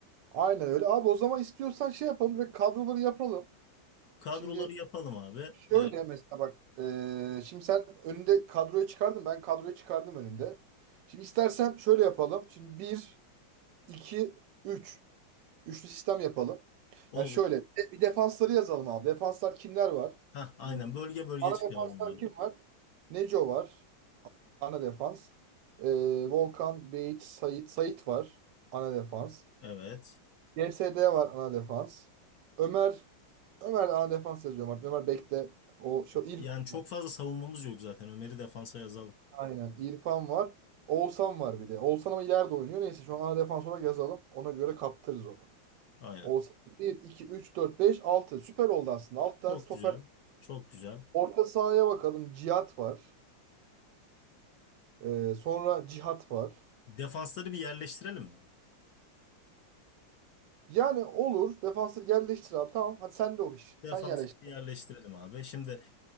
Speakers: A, on the right; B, on the left.
A: Aynen öyle. Abi o zaman istiyorsan şey yapalım ve kadroları yapalım.
B: Kadroları
A: Şimdi
B: yapalım abi.
A: şöyle
B: E,
A: mesela bak. eee, şimdi sen önünde kadroyu çıkardın. Ben kadroyu çıkardım önümde. Şimdi istersen şöyle yapalım. Şimdi bir 2 3. Üçlü sistem yapalım.
B: olur.
A: Ya şöyle bir, de- bir defansları yazalım abi. Defanslar kimler var?
B: Ha aynen
A: Hmm,
B: bölge bölge
A: Ana
B: çıkaralım
A: defanslar
B: abi.
A: kim var? Neco var. Ana defans. Ee, Volkan, Beyiç, Sait. Sait var. Ana defans.
B: Evet.
A: GSD var ana defans. Ömer Ömer de ana defans yazıyorum artık. Ömer bekle. O şu İrfan
B: Yani çok
A: var.
B: fazla savunmamız yok zaten. Ömer'i defansa yazalım.
A: Aynen. İrfan var. Oğuzhan var bir de. Oğuzhan ama ileride oynuyor. Neyse şu an ana defans olarak yazalım. Ona göre kaptırırız onu.
B: Aynen.
A: Olsa bir 2 3 4 5 altı Süper oldu aslında. 6 tane
B: Çok
A: stoper.
B: güzel. Çok güzel.
A: Orta sahaya bakalım. Cihat var. Ee, sonra Cihat var.
B: Defansları bir yerleştirelim mi?
A: Yani olur. Defansı yerleştir abi. Tamam. Hadi sen de o iş.
B: Defansları
A: Sen yerleştir.
B: bir yerleştirelim abi. Şimdi